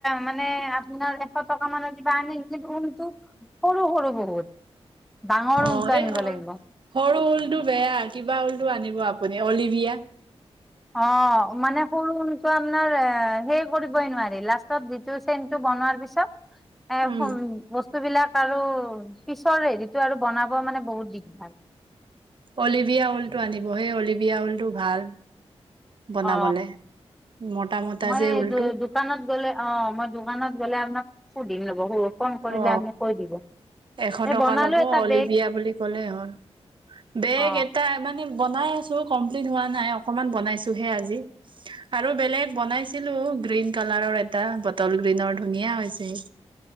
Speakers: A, in the centre; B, on the right.
A: মানে আপোনাৰ এশ টকা মানৰ কিবা আনি উলটো সৰু সৰু বহুত। ডাঙৰ ঊণটো
B: অ এই
A: আনিব
B: সৰু
A: লাগিব
B: সৰু ল টো বেয়া কিবা হ'লতটো আনিব আপুনি অলিভিয়া।
A: অ', মানে সৰু ৰুমটো আপোনাৰ এ সেই কৰিবই নোৱাৰি। লাষ্টত যিটো চেইনটো বনোৱাৰ পিছত এ-খন
B: উম
A: বস্তুবিলাক আৰু পিছৰ হেৰিতটো আৰু বনাব মানে বহুত দিগ ভাল।
B: অলিভিয়া ঊলটো আনিব সেই অলিভিয়া ঊলটো ভাল বনাবলে
A: অ
B: মতা মতা
A: মই
B: যে ঊলটো
A: দোকানত গ'লে অ মই দোকানত গ'লে আপোনাক ফুড যহু ফোন কৰিলে
B: অ
A: আপুনি কৈ দিব।
B: এশ
A: এই
B: টকা
A: বনালো
B: ল'ব
A: এটা বেগ
B: লিবিয়া বুলি কলে হ'ল। বেগ
A: অ
B: এটা মানে বনাই আছো কমপ্লিট হোৱা নাই অকণমান বনাইছোহে আজি আৰু বেলেগ বনাইছিলো গ্ৰীণ কালাৰৰ এটা বটল গ্ৰীনৰ ধুনীয়া হৈছে